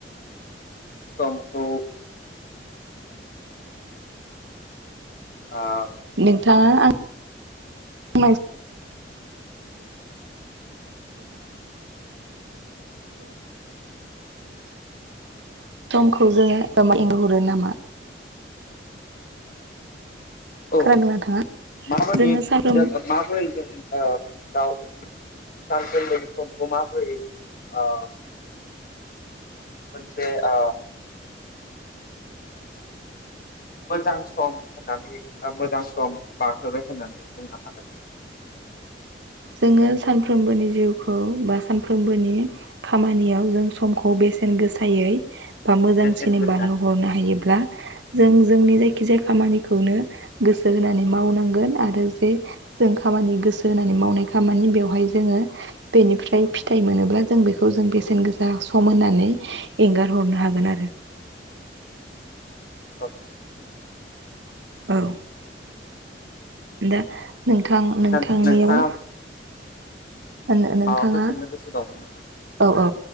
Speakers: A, on the left; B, on the right.
A: समखौ ओ
B: नोंथाङा आं <unintelligible> समखौ जोङो एंगार हरो नामा ।
A: औ
B: खोनादों नोंथाङा?
A: माबोरै
B: जोङो साफ्रोम
A: जो माबोरै जों ओ औ सानफ्रोमबोनि समखौ माबोरै ओ मोनसे ओ मोजां सम होननानै ओ मोजां सम बारहोबाय होननानै बुंनो हागोन ।
B: जोङो सानफ्रोमबोनि जिउखौ बा सानफ्रोमबोनि खामानियाव जों समखौ बेसेन गोसायै बा मोजांसिननै
A: बेसेन गोसा
B: बारहोहरनो हायोब्ला जों जोंनि जायखि जाया खामानिखौनो गोसो होनानै मावनांगोन आरो जे जों खामानि गोसो होनानै मावनाय खामानि बेवहाय जोङो बेनिफ्राय फिथाइ मोनोब्ला जों बेखौ जों बेसेन गोसा सम होननानै एंगार हरनो हागोन आरो
A: औ
B: औ दा नोंथां नोंथांनियाव
A: नोंथाङा
B: नों नोंथाङा
A: माबाफोर सोंनो गोसो दंमोन नामा?
B: औ औ